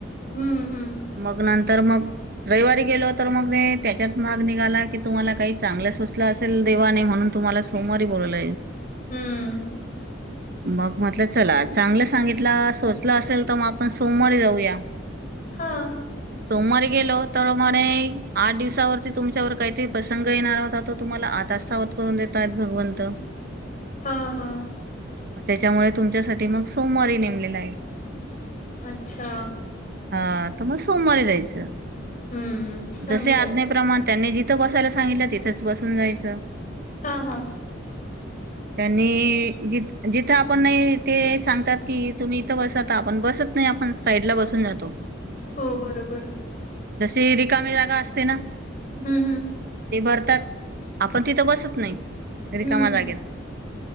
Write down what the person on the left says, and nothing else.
हम्म हम्म
हम्म <inaudible>
हा.
हा, हा.
अच्छा
हम्म चांगलंय
हा.. हा..
हो बरोबर.
हम्म. हम्म.
हम्म